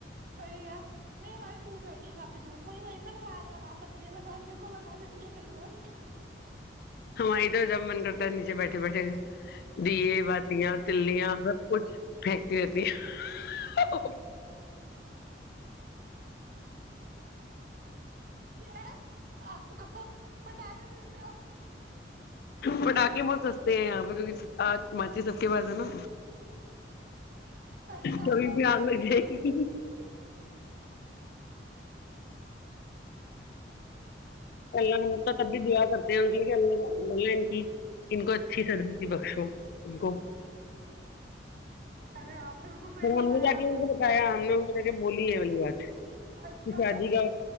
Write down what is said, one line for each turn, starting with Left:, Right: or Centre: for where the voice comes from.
Right: صحی ہے نہیں ہماری دور بیٹھی ہے کافی دور وہ میں اے بھی آگ لگا سکتی ہے لگان کو لگا دیتی ہے کئی بار
Left: ہماری تو جب من کرتا ہے نیچے بیٹھے بیٹھے دیئے بااتیا تلیا سب کچھ پھینکتی رہتییا
Right: ہے آپ کو پٹاخے ملتے ہو
Left: پٹاک <unintelligible> آگے بہت سستے ہیں یہاں پہ کیکہ آگ ماچی سب کے پاس ہے نا
Right: صحیح بات
Left: کبھی بھی آگ لگ جائے گی
Right: اا <unintelligible>
Left: اللہ کو تب بھی دع کرتے ہیں ان کے لے اللہ اللہ ان کی ان کو اچھی صداتی بخشو ان کو
Right: ے آپ بالکل صحیح
Left: پھر
Right: فرمایا
Left: ہم نے جا
Right: آپ
Left: کے ان کو بتایا ہم نے ان کو جا کے بولی ہے اگلی بات
Right: اچھا
Left: کہ شادی کا